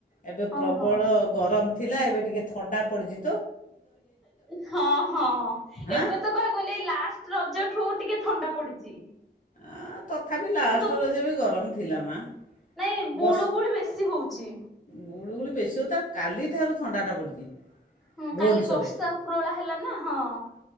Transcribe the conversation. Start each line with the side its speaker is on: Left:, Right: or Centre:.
Left: ଏବେ ପ୍ରବଳ
Centre: ଓହୋ
Left: ଗରମ ଥିଲା ଏବେ ଟିକେ ଥଣ୍ଡା ପଡିଯ
Centre: ହଁ ହଁ
Left: ହାଁ
Centre: ଏବେ ତ କହି ଗଲେ ଏଇ ଲାଷ୍ଟ ରଜ ଠୁ ଟିକେ ଥଣ୍ଡା ପଡିଛି।
Left: ଆ ତଥାପି ଲାଷ୍ଟ
Centre: କିନ୍ତୁ
Left: ର ଯେ ବି ଗରମ ଥିଲା ମା
Centre: ନାଇଁ ଗୁଳୁ
Left: ବସ୍
Centre: ଗୁଳି ବେଶୀ ହଉଛି।
Left: ଗୁଳୁଗୁଳି ପ ବେଶୀ ହ ତା କାଲି ତାାରୁ ଥଣ୍ଡାଟା ପଡ଼ିଛି।
Centre: ହୁଁ
Left: ଭୁବନେଶ୍ୱରରେ
Centre: କାଲି ବର୍ଷା ଉପରହଳା ହେଲା ନା ହଁ